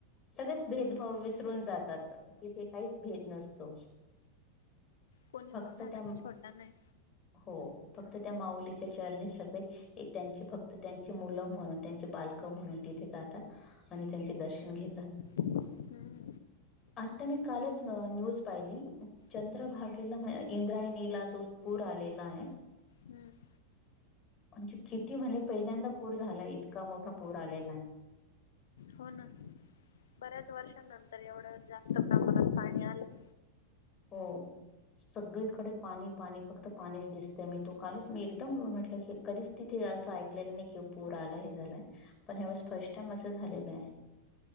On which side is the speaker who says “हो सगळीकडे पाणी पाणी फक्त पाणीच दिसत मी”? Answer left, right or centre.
Left